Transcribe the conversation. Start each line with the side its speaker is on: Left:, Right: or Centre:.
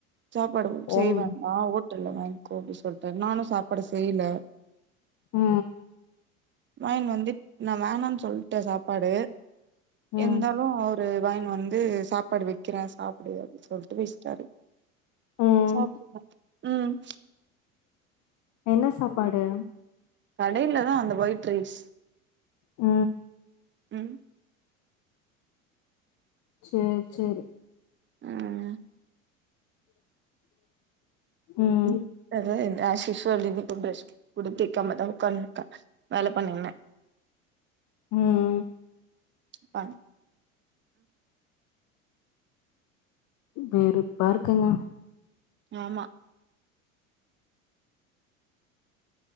Right: சாப்பாடு
Left: ஒம்
Right: செய்வேன்டா ஓட்டல்ல வாங்கிக்கோ அப்டி சொல்ட்டார் நானு சாப்பாடு செய்ல
Left: அ
Right: வாங்கின் வந்து நா வேணான்னு சொல்ட்டே சாப்பாடு
Left: ம்
Right: இருந்தாலு அவரு வாங்கின் வந்து சாப்பாடு வைக்கிறே சாப்டு அப்டி சொல்ட்டு வச்ட்டாரு
Left: ம்
Right: சாப்டுங்க ம்
Left: என்ன சாப்பாடு
Right: கடையில தா அந்த வொயிட் ரைஸ்
Left: ஆ
Right: ம்
Left: சேரி சேரி
Right: ம்
Left: ம்
Right: ம் ஆஸ் ஷீஷ்வல் இன்னிக்கு ப்ரஷ் கூட தேக்காம தா உக்காந்துருக்கா வேல பண்ணீங்கே
Left: ம்
Right: ப
Left: வெறுப்பா இருக்குங்க
Right: ஆமா